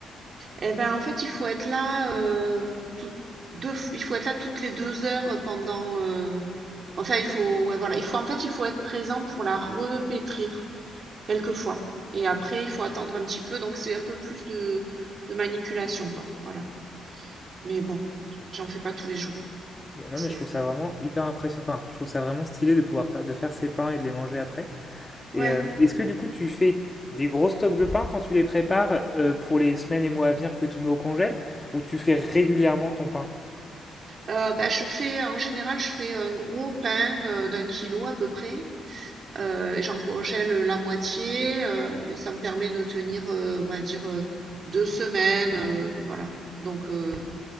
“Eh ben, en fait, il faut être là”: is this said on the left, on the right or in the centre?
Right